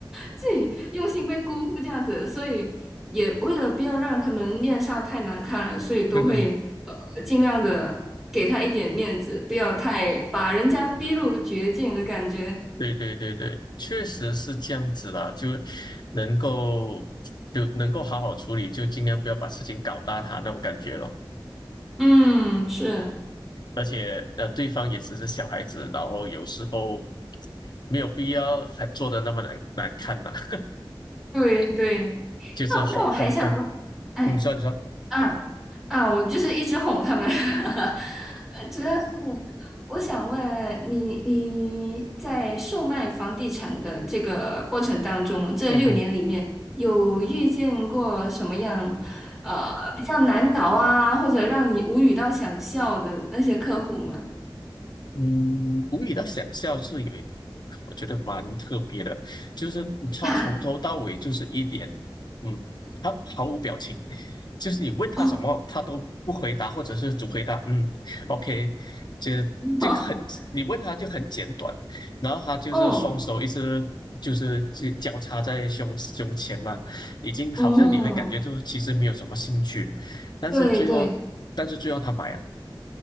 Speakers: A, in the centre; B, on the left (about 55°).
A: 自己用心被辜负这样子，所以也为了不要让他们面上太难看了，所以都会呃尽量的给他一点面子，
B: 嗯哼，
A: 不要太把人家逼入绝境的感觉。
B: 对对对对，确实是这样子啦，就能够就能够好好处理，就尽量不要把事情搞大它那种感觉咯。
A: 嗯，是，
B: 而且呃，对方也只是小孩子，然后有时候没有必要还做的那么难难看嘛，<laughs>
A: 对对。
B: 就是哄哄哄。
A: 那那我还想问，哎。
B: 嗯你说，你说，
A: 嗯嗯，我就是一直哄他们，<laughs> 呃，主要是我想问你，你在售卖房地产的这个过程当中，这六年里面有遇见过什么样，
B: 嗯哼。
A: 呃，比较难搞啊，或者让你无语到想笑的那些客户吗？
B: 嗯，无理的想象是有一点，我觉得蛮特别的，就是他从头到尾就是一点，
A: <laughs> 啊，
B: 嗯，他毫无表情，就是你问他什么，
A: 哦，
B: 他都不回答，或者是只回答嗯，OK，就这个很，
A: <laughs>
B: 你问他就很简短，然后他就是双手一直就是交交叉在胸胸前嘛，
A: 哦，
B: 已经好像你会感觉就是其实没有什么兴趣，
A: 哦，
B: 但是最后，
A: 对对，
B: 但是最后他买了